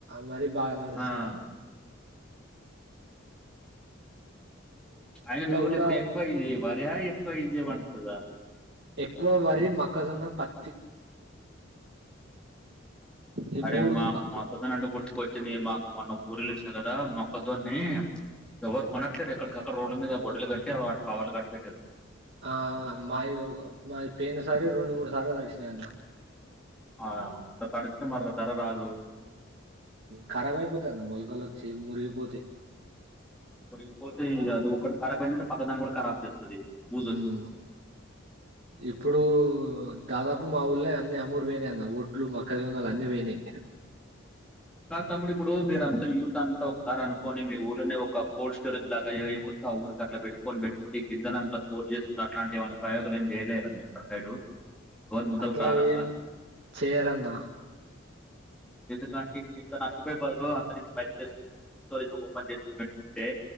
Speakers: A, on the right; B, in the centre.
A: వారి బాగా నడుస్తులే
B: ఆ! అయిన మీ ఊర్ళ
A: గూడా
B: ఇప్పుడు ఎక్కువ ఇదిే వర్యా ఎక్కువ ఇదిే వంటుందా
A: ఎక్కువ వరి మక్కజన్న ప ఈ
B: అరే మా
A: పక్
B: మొక్కజొన్న అంటే గుర్తు అదే మా మొన్న ఊరు వెళ్లి వచ్చినా కదా మొక్కజొని ఎవరు కొనట్లేదు ఎక్కడికక్కడ రోడ్ల మీద గొడ్డలు కట్టి వాటి కావాలు కట్టి పెట్టారు.
A: ఆ మాయి మావి పయిన సర రెండు మూడు సార్లుడిచినాయి అన్న
B: అట్లా తాడిస్తే వారి ద్వారా రాదు
A: ఖరాబ్ అయిపోతుంది అన్నా మొలకలు వచ్చి మురికి పోతాయి
B: మరిపోతే అది ఒక్కటి ఖరాబ్ అయిందంటే పక్కదాన్ని కూడా ఖరాబ్ చేస్తుంది బుజు
A: హ్మ్.
B: వచ్చి
A: ఇప్పుడు దాదాపు మా ఊళ్ళ అని అమ్ముడు పోయినాయి అన్న ఒ ట్లు మొక్కజొన్నలు అని పోయినాయి
B: కాదు తమ్ముడు ఇప్పుడు మీరంతా యూత్ అంతా ఒక కారు అనుకోని మీ ఊర్లోనే ఒక కోల్డ్ స్టోరేజ్ లాగా ఏ ఊరి ఊరుకి అలా పెట్టుొని పెట్టుకు గింద దాంట్లో స్టోర్ చేసుకున్న అలాంటి ఎం అయినా ప్రయోగాలు ఏం చేయలేదా మీరు అక్కడ సైడు ఎవరు ముందలకి
A: అట్లా
B: రారట్లా?
A: ఏం చేయరన్నా
B: ఎందుకంటే ఇ ఇంత నష్టపోయ బదులు అంద పైసలు తీసుకో ఓపెన్ చేసు పెట్టుకుంటే